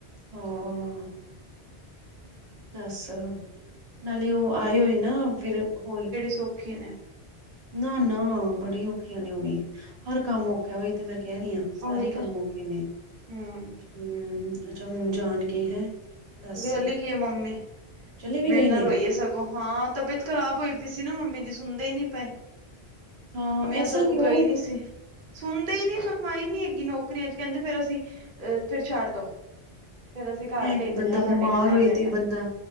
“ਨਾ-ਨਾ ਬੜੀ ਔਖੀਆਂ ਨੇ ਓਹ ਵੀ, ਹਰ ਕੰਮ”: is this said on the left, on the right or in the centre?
Right